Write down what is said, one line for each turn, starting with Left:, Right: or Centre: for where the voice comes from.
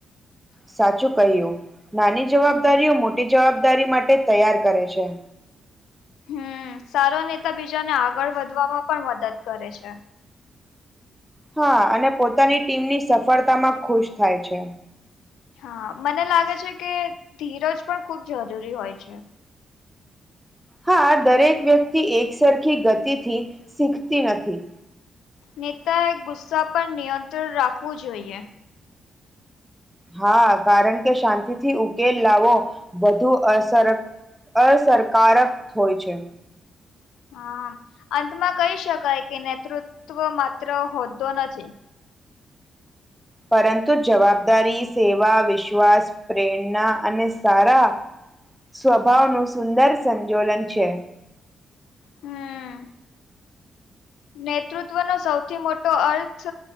Centre: સાચું કહ્યું નાની જવાબદારીઓ મોટી જવાબદારી માટે તૈયાર કરે છે.
Left: હમ સારો નેતા બીજાને આગળ વધવામાં પણ કરે છે.
Centre: હા અને પોતાની ટીમની સફળતામાં ખુશ થાય છે.
Left: હા મને લાગે છે, કે ધીરજ પણ ખુબ જરૂરી હોય છે.
Centre: હા દરેક વ્યક્તિ એક સરરખી ગતિથી શીખતી નથી.
Left: નેતાએ ગુસ્સા પર નિયંત્રણ રાખવું જોઈએ.
Centre: હા કારણ કે શાંતિથી ઉકેલ લાવો વધુ અસરક અસરકારક હોય છે.
Left: હા અંતમાં કહી શકાય કે નેતૃત્વ માત્ર હોદ્દો નથી.
Centre: પરંતુ જવાબદારી, સેવા, વિશ્વાસ, પ્રેરણા, અને સારા સ્વભાવનું સુંદર સંજોલન છે.
Left: હમ. નેતૃત્વનો સૌથી મોટો અર્થ